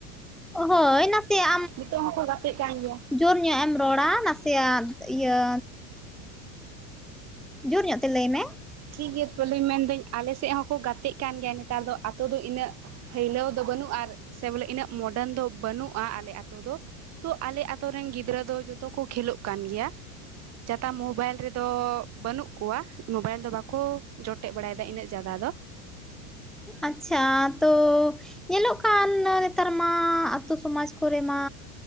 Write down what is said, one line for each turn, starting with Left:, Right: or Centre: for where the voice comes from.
Centre: ᱦᱳᱭ ᱱᱟᱥᱮᱭᱟ
Right: ᱱᱤᱛᱚᱜ ᱦᱚᱸᱠᱚ ᱜᱟᱛᱮᱜ ᱠᱟᱱ ᱜᱮᱭᱟ
Centre: ᱡᱳᱨ ᱧᱚᱜ ᱮᱢ ᱨᱚᱲᱟ ᱱᱟᱥᱮᱭᱟᱜ ᱤᱭᱟᱹᱻ ᱡᱳᱨ ᱧᱚᱜ ᱛᱮ ᱞᱟᱹᱭ ᱢᱮ
Right: ᱴᱷᱤᱠ ᱜᱮᱭᱟ, ᱛᱚᱵᱮ ᱢᱮᱱᱫᱟᱹᱧ ᱟᱞᱮ ᱥᱮᱫ ᱦᱚᱸᱠᱚ ᱜᱟᱛᱮᱜ ᱠᱟᱱ ᱜᱮᱭᱟ ᱱᱮᱛᱟᱨ ᱫᱚ ᱟᱛᱳ ᱫᱚ ᱤᱱᱟᱹᱜ ᱯᱷᱟᱹᱭᱞᱟᱹᱣ ᱫᱚ ᱵᱟᱹᱱᱩᱜᱼᱟ ᱥᱮ ᱵᱚᱞᱮ ᱤᱱᱟᱹᱜ ᱢᱚᱰᱟᱨᱱ ᱫᱚ ᱵᱟᱹᱱᱩᱜᱼᱟ ᱟᱞᱮ ᱟᱛᱳ ᱫᱚ ᱛᱚ, ᱟᱞᱮ ᱟᱛᱳ ᱨᱮᱱ ᱜᱤᱫᱽᱨᱟᱹ ᱫᱚ ᱡᱚᱛᱚ ᱠᱚ ᱠᱷᱮᱞᱳᱜ ᱠᱟᱱ ᱜᱮᱭᱟ ᱡᱟᱫᱟ ᱢᱳᱵᱟᱭᱤᱞ ᱨᱮᱫᱚ ᱵᱟᱹᱱᱩᱜ ᱠᱚᱣᱟ, ᱢᱳᱵᱟᱭᱤᱞ ᱫᱚ ᱵᱟᱠᱚ ᱠᱚ ᱡᱚᱴᱮᱫ ᱵᱟᱲᱟᱭᱮᱫᱟ ᱤᱱᱟᱹᱜ ᱡᱟᱫᱟ ᱫᱚ
Centre: ᱟᱪᱪᱷᱟ ᱛᱚᱻ ᱧᱮᱞᱚᱜ ᱠᱟᱱ ᱱᱮᱛᱟᱨ ᱢᱟᱻ ᱟᱛᱳ ᱥᱚᱢᱟᱡᱽ ᱠᱚᱨᱮ ᱢᱟᱻ